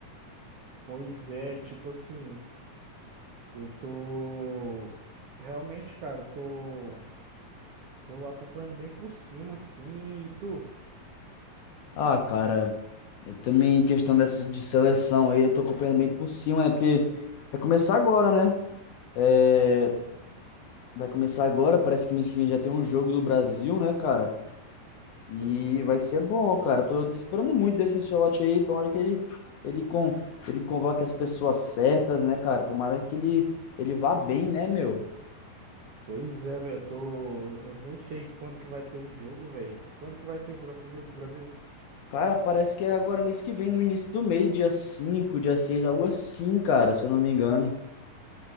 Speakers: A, on the right; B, on the left.
A: Pois é, tipo assim, eu tô realmente, cara, eu tô tô acompanhando bem por cima assim, e tu?
B: Ah, cara, eu também em questão dessa de seleção aí, eu tô acompanhando bem por cima, né? Porque vai começar agora, né? É, vai começar agora, parece que mês que vem já tem um jogo do Brasil, né, cara? E
A: Pois é.
B: vai ser bom, cara. Tô, tô esperando muito desse Ancelotti aí, tomara que ele, ele, con, ele convoque as pessoas certas, né, cara? Tomara que ele, ele vá bem, né, meu?
A: Pois é, velho, eu tô. Eu nem sei quando que vai ter o jogo, velho. Quando que vai ser o próximo jogo do Brasil?
B: Cara, parece que é agora mês que vem, no início do mês, dia 5, dia 6, algo assim, cara, se eu não me engano.